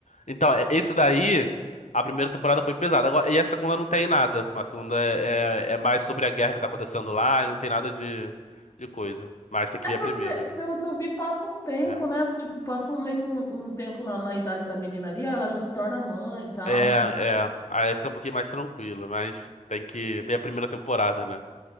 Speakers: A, on the left; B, on the left.
A: Então, é- esse daí, a primeira temporada foi pesada. Agora, e a segunda não tem nada. A segunda é, é, é mais sobre a guerra que tá acontecendo lá e não tem nada de, de coisa. Mas tem que
B: É
A: ver
B: porque,
A: a primeira, né?
B: pelo que eu vi, passa um tempo,
A: É.
B: né? Tipo, passa um, meio que um, um tempo na, na idade da menina ali, aí ela já se torna mãe e tal,
A: É,
B: né?
A: é. Aí fica um pouquinho mais tranquilo, mas tem que ver a primeira temporada, né?